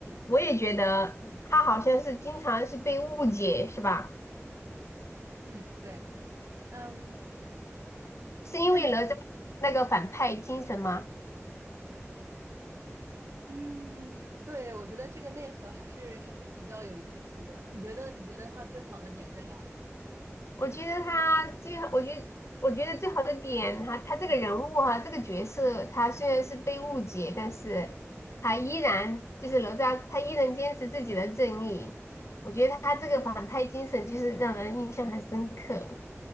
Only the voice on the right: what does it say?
嗯，对，嗯，
那你，
嗯，对，我觉得这个内核还是还是比较有意思的。你觉得，你觉得它最好的点在哪里？